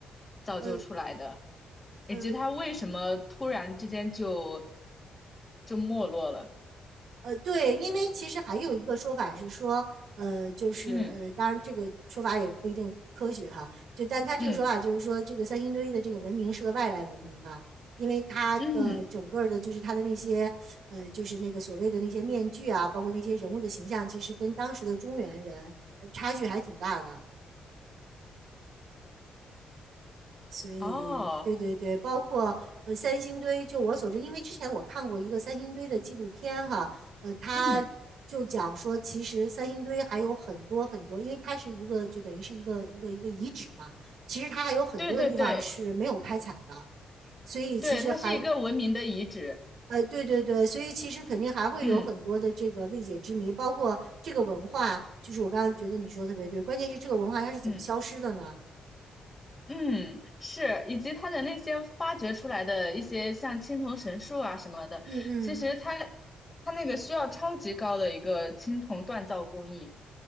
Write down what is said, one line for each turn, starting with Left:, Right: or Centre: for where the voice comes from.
Left: 造就出来的，
Right: 呃
Left: 以及它为什么突然之间就
Right: 呃
Left: 就没落了？
Right: 呃，对，因为其实还有一个说法是说，呃，就是呃，
Left: 嗯
Right: 当然这个说法也不一定科学哈，就但他这个说法就是说，
Left: 嗯
Right: 这个三星堆的这个文明是个外来文明嘛，因为它的整个儿的，
Left: 嗯，
Right: 就是它的那些呃，就是那个所谓的那些面具啊，包括那些人物的形象，其实跟当时的中原人，呃差距还挺大的。所以，
Left: 哦，
Right: 对对对，包括呃三星堆，就我所知，因为之前我看过一个三星堆的纪录片哈，呃，他就讲说，
Left: 嗯，
Right: 其实三星堆还有很多很多，因为它是一个就等于是一个一个一个遗址嘛，其实它还有很多的地方是没有开采的，
Left: 对对对
Right: 所以其实还
Left: 对，它是一个文明的遗址。
Right: 呃，对对对，所以其实肯定还会有很多的这个未解之谜，
Left: 嗯
Right: 包括这个文化，就是我刚刚觉得你说的特别对，关键是这个文化它是怎么消失的呢？
Left: 嗯。嗯，是，以及他的那些发掘出来的一些像青铜神树啊什么的，
Right: 嗯嗯
Left: 其实他他那个需要超级高的一个青铜锻造工艺，